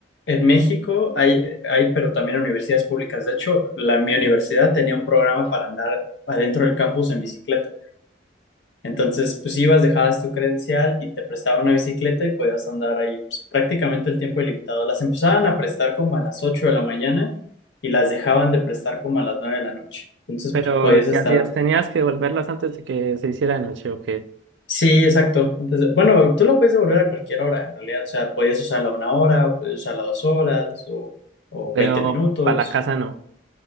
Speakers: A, on the left; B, on the right.
A: en México hay, hay, pero también universidades públicas. De hecho, la, mi universidad tenía un programa para andar adentro del campus en bicicleta. Entonces, pues ibas, dejabas tu credencial y te prestaban una bicicleta y podías andar ahí pues, prácticamente el tiempo ilimitado. Las empezaban a prestar como a las 8 de la mañana y las dejaban de prestar como a las 9 de la noche. Entonces,
B: Pero,
A: pues, podías estar...
B: ¿qué hacías? ¿Tenías que devolverlas antes de que se hiciera de noche o qué?
A: Sí, exacto. Antes de- Bueno, tú lo puedes devolver a cualquier hora, en realidad. O sea, podías usarla una hora, o podías usarla dos horas o, o
B: Pero,
A: 20 minutos.
B: para la casa no.